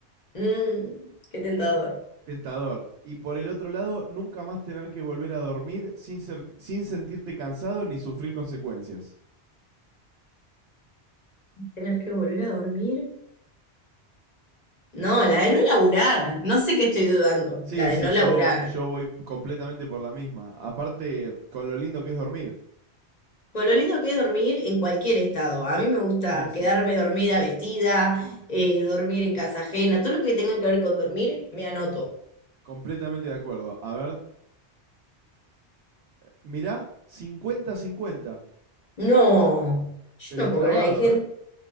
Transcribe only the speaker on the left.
Mm, qué tentador.
¿Tener que volver a dormir? No, la de no laburar. No sé qué estoy dudando.
La de
no
laburar.
Con lo lindo que es dormir en cualquier estado. A mí me gusta
quedarme dormida, vestida, eh, dormir en casa ajena, todo lo que tenga que ver con dormir, me anoto.
No, yo
no
puedo creer. Hay gente,